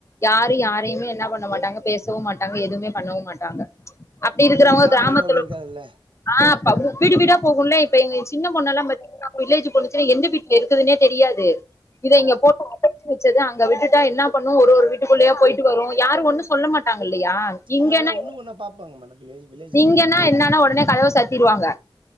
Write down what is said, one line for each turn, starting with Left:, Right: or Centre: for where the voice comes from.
Left: யாரு யாரயு என்ன பண்ண மாட்டாங்க பேசவு மாட்டாங்க எதுவுமே பண்ணவு மாட்டாங்க அப்டி இருக்கிறவங்க
Right: ஆனா கிராம
Left: கிராமத்துல
Right: லைஃப் அப்டி இருக்காதுல்ல
Left: ஆ அப்ப வீடு வீடா போகுல்ல இப்ப எங்க சின்ன பொண்ணல்லா பாத்தீங்கன்னா வில்லேஜ் பொண்ணு எந்த வீட்ல இருக்குதுன்னே தெரியாது இத
Right: ஆ
Left: இங்க போட்டு அடச்சி வச்சது அங்க விட்டுட்டா என்ன பண்ணு ஒரு ஒரு வீட்டுக்குள்ளேயா போய்ட்டு வரு யாரு ஒண்ணு சொல்ல மாட்டாங்க இல்லையா இங்கன்னா
Right: ஆமா எல்லா ஒண்ணுக்கு ஒன்னா பாப்பாங்க மேடம் வில்லேஜ் வில்லேஜ்லல்லா
Left: நீங்கன்னா என்னன்னா உடனே கதவ சாத்திருவாங்க